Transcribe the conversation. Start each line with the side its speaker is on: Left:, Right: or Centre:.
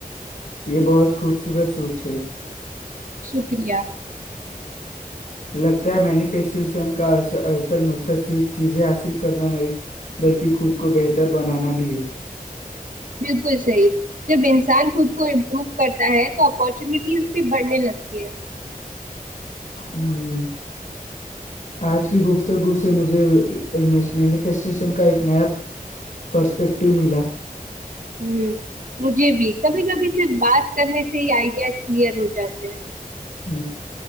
Left: یہ بہت خوبصورت سوچ ہے
Right: شکریہ
Left: لگتا ہے مینیفیسٹریشن کا اصل مقصد صرف چیزیں حاصل کرنا نہیں بلکہ خود کو بہتر بنانا بھی ہے
Right: بالکل صحیح جب انسان خود کو امپروو کرتا ہے تو اپارچونیٹیز بھی بڑھنے لگتی ہے
Left: ہ آج کی گفتگو سے مجھے مینیفسٹیشن کا ایک نیا پرسپیکٹیو ملا
Right: ہ مجھے بھی کبھی کبھی صرف بات کرنے سے ہی آئیڈیاز کلیئر ہو جاتے ہیں
Left: ہ